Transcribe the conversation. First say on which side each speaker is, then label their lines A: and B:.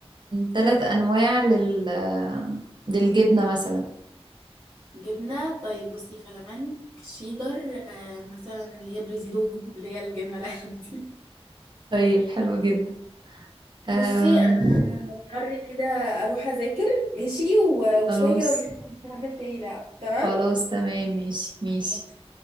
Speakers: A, on the right; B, on the right.
A: ثلاث انواع لل آه، للجبنة مثلا
B: جبنة طيب بصي فلامنك شيدر أه مثلا اللي هي بريزيدون اللي هي الجبنة القلم دي
A: طيب حلو جدا آم،
B: بصي انا هضطر كده اروح اذاكر ماشي و-
A: خلاص
B: وشويه كده ونكمل تاني لعب تمام
A: خلاص تمام ماشي ماشي
B: ماشي